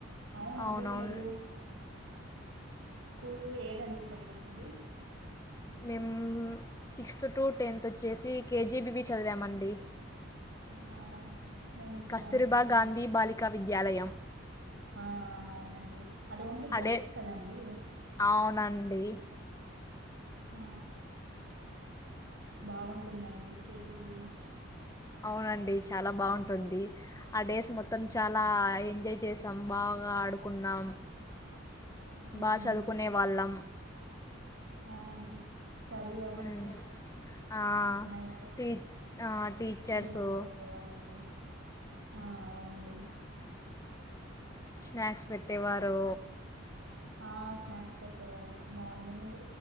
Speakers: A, on the right; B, on the left.
A: అవునండి
B: అవునవును
A: మీరు స్కూల్ ఏ దండి చదివింది.
B: మేము సిక్స్త్ టు, టెన్త్ వొ చ్చేసి కేజీబివి చదివామండి.
A: హమ్ మేము
B: కస్తూరిబా
A: కూడా అంతే అండి.
B: గాంధీ బాలికా విద్యాలయం
A: ఆ అవునండి అది ఓన్లీ
B: ఆ
A: గర్ల్స్క్
B: డే
A: కదండి?
B: అవునండి
A: ఆ బావుంటుందండి కేజీబీవి
B: అవునండి చాలా బావుంటుంది ఆ డేస్ మొత్తం చాలా ఏ జాయ్ చేసాం బాగా ఆడుకున్నాం,
A: హ్మ్
B: బా చదువుకునే వాళ్ళం.
A: అవునండి స్టడీ అవర్సు
B: ఉమ్. ఆ,
A: నైట్
B: టీ టీచర్సు
A: ఈ వర్స్ పెట్టేవాళ్ళండి. హ అవునండి.
B: స్నాక్స్ పెట్టేవారు.
A: హ స్నాక్స్ పెట్టేవారు మార్నింగ్